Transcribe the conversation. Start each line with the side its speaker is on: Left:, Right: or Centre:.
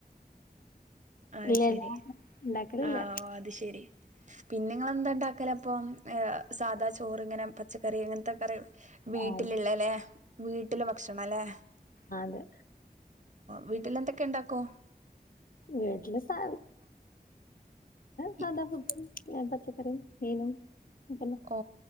Right: അത്
Left: ഇല്ല
Right: ശരി
Left: ഇല്ല ഉണ്ടാക്കലില്ല
Right: ആ ഓ അത് ശെരി. പിന്നെ ങ്ങെളെന്താ ഉണ്ടാക്കല അപ്പം. സാദാ ചോറി ഇങ്ങനെ പച്ചക്കറി ഇങ്ങനത്തെ കറി വീട്ടിലുള്ളല്ലേ,
Left: ആ
Right: വീട്ടിലെ ഭക്ഷണം അല്ലെ.
Left: അ അതെ
Right: വീട്ടിൽ എന്തൊക്കെ ഇണ്ടാക്കോം.
Left: വിട്ടില് സാ സാധാ
Right: ഇ-
Left: ഫുഡ്. പച്ചക്കറി മീനും. പിന്നെ
Right: ഓ